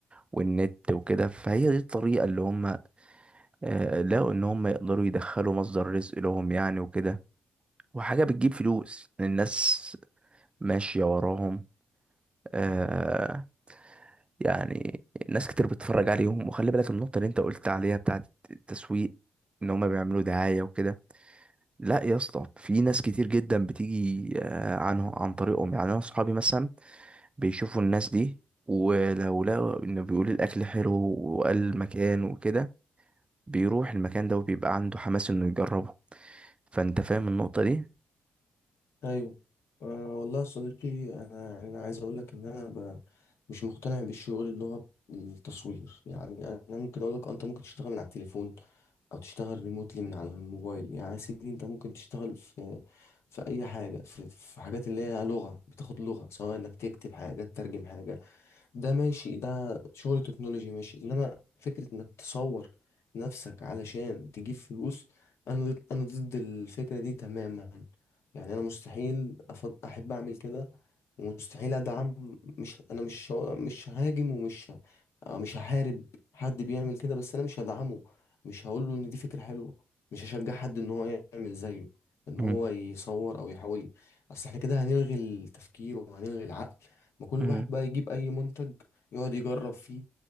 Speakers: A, on the right; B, on the left.
A: والنت وكده فهي دي الطريقه اللي هم آه، لقوا ان هم يقدروا يدخلوا مصدر رزق لهم يعني وكده وحاجه بتجيب فلوس الناس ماشية وراهم آه يعني ناس كتير بتتفرج عليهم وخلي بالك النقطة اللي انت قلت عليها بتاعت التسويق ان هما بيعملوا دعاية وكده لا يا اسطى في ناس كتير جدا بتيجي آه، عنه عن طريقهم يعني انا اصحابي مثلا بيشوفوا الناس دي ولو لقوا انه بيقول الاكل حلو وقال المكان وكده بيروح المكان ده وبيبقى عنده حماس انه يجربه فانت فاهم النقطة دي
B: ايوه أه والله يا صديقي انا يعني انا عايز اقول لك ان انا ب... مش مقتنع بالشغل اللي هو التصوير يعني انا ممكن اقول لك انت ممكن تشتغل من على التليفون او تشتغل ريموتلي من على الموبايل يعني يا سيدي انت ممكن تشتغل في في اي حاجه في, في حاجات اللي هي لغه بتاخد لغه سواء انك تكتب حاجه تترجم حاجه ده ماشي ده شغل تكنولوجي ماشي انما فكرة انك تصور نفسك علشان تجيب فلوس انا ضد انا ضد الفكرة دي تماما يعني انا مستحيل أفض... احب اعمل كده ومستحيل ادعم مش انا مش ه- مش هاجم ومش ه- آه، مش هحارب حد بيعمل كده بس انا مش هدعمه مش هقول له ان دي فكرة حلوة مش هشجع حد ان هو يعمل زيه ان
A: مم.
B: هو يصور او يحاول اصل احنا كده هنلغي التفكير وهنلغي العقل ما كل
A: مم.
B: واحد بقى يجيب اي منتج يقعد يجرب فيه